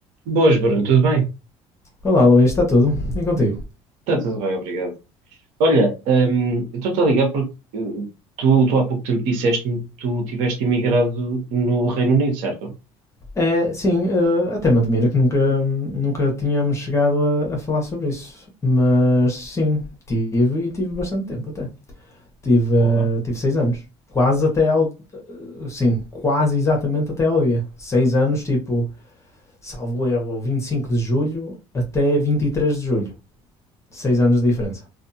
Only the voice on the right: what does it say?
Boas, Bruno, tudo bem?
Está tudo bem, obrigado. Olha, hum, eu estou-te a ligar porque uh, tu, tu há pouco tempo disseste-me que tu tiveste imigrado no Reino Unido, certo?
Boa,